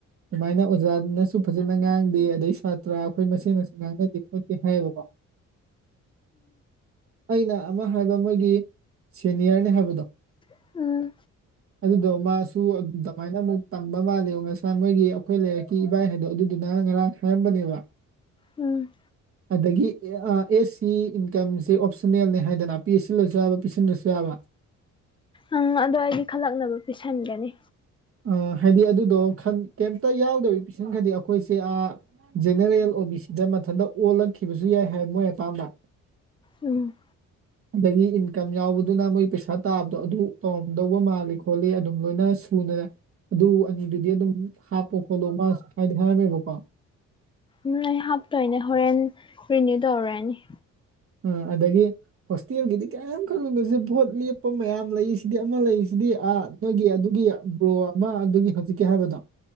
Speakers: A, on the right; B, on the left.
A: ꯑꯗꯨꯨꯃꯥꯏꯅ ꯑꯣꯖꯥꯅꯁꯨ ꯐꯖꯅ ꯉꯥꯡꯗꯦ ꯑꯗꯩ ꯁꯥꯇ꯭ꯔ ꯑꯩꯈꯣꯏ ꯃꯁꯦꯅꯁꯨ ꯉꯥꯡꯅꯗꯦ ꯈꯣꯠꯇꯦ ꯍꯥꯏꯌꯦꯕꯀꯣ ꯑꯩꯅ ꯑꯃ ꯍꯥꯏꯕ ꯃꯣꯏꯒꯤ ꯁꯦꯅꯤꯌꯔꯅꯤ ꯍꯥꯏꯕꯗꯣ
B: ꯎꯝ
A: ꯑꯗꯨꯗꯣ ꯃꯥꯁꯨ ꯁꯨꯃꯥꯏꯅ ꯑꯃꯨꯛ ꯇꯝꯕ ꯃꯥꯜꯂꯤꯕ ꯉꯁꯥꯏ ꯃꯣꯏꯒꯤ ꯑꯩꯈꯣꯏ ꯂꯩꯔꯛꯀꯤ ꯏꯕꯥꯏ ꯍꯥꯏꯗꯣ ꯑꯗꯨꯗꯨꯅ ꯉꯔꯥꯡ ꯍꯥꯏꯔꯝꯕꯅꯦꯕ
B: ꯎꯝ
A: ꯑꯗꯒꯤ ꯑꯦꯁ ꯁꯤ ꯏꯟꯀꯝꯁꯦ ꯑꯣꯞꯁꯟꯅꯦꯜꯅꯦ ꯍꯥꯏꯗꯅ ꯄꯤ ꯁꯤꯜꯂꯁꯨ ꯌꯥꯕ ꯄꯤꯁꯤꯟꯗ꯭ꯔꯁꯨ ꯌꯥꯕ
B: ꯑꯪ ꯑꯗꯣ ꯑꯩꯗꯤ ꯈꯜꯂꯛꯅꯕ ꯄꯤꯁꯟꯒꯅꯤ
A: ꯑ ꯍꯥꯏꯗꯤ ꯑꯗꯨꯗꯣ ꯀꯩꯝꯇ ꯌꯥꯎꯗꯕꯤ ꯄꯤꯁꯤꯟꯈꯗꯤ ꯑꯩꯈꯣꯏꯁꯦ ꯑꯥ ꯖꯦꯅꯦꯔꯦꯜ ꯑꯣ ꯕꯤ ꯁꯤꯗ ꯃꯊꯟꯇ ꯑꯣꯜꯂꯛꯈꯤꯕꯖꯨ ꯌꯥꯏ ꯍꯥꯏ ꯃꯣꯏ ꯑꯄꯥꯝꯕ
B: ꯎꯝ
A: ꯑꯗꯒꯤ ꯏꯟꯀꯝ ꯌꯥꯎꯕꯗꯨꯅ ꯃꯣꯏ ꯄꯩꯁꯥ ꯇꯥꯕꯗꯣ ꯑꯗꯨ ꯇꯧꯔꯝꯗꯧꯕ ꯃꯥꯜꯂꯤ ꯈꯣꯠꯂꯤ ꯑꯗꯨꯝ ꯂꯣꯏꯅ ꯁꯨꯅ ꯑꯗꯨ ꯑꯅꯤꯗꯨꯗꯤ ꯑꯗꯨꯝ ꯍꯥꯞꯄꯣ ꯈꯣꯠꯂꯣ ꯃꯥꯁꯨ ꯍꯥꯏꯗꯤ ꯍꯥꯏꯔꯝꯃꯦꯕꯀꯣ
B: ꯎꯝ ꯍꯥꯞꯇꯣꯏꯅꯦ ꯍꯣꯔꯦꯟ ꯔꯤꯅꯤꯎ ꯇꯧꯔꯨꯔꯅꯤ
A: ꯎꯝ ꯑꯗꯒꯤ ꯍꯣꯁꯇꯦꯜꯒꯤꯗꯤ ꯀ꯭ꯌꯝ ꯈꯟꯂꯨꯅꯣꯖꯦ ꯚꯣꯠ ꯂꯦꯞꯄ ꯃꯌꯥꯝ ꯂꯩ ꯁꯤꯗꯤ ꯑꯃ ꯂꯩ ꯁꯤꯗꯤ ꯑ ꯅꯣꯏꯒꯤ ꯑꯗꯨꯒꯤ ꯕ꯭ꯔꯣ ꯑꯃ ꯑꯗꯨꯒꯤ ꯍꯧꯖꯤꯛꯀꯤ ꯍꯥꯏꯕꯗꯣ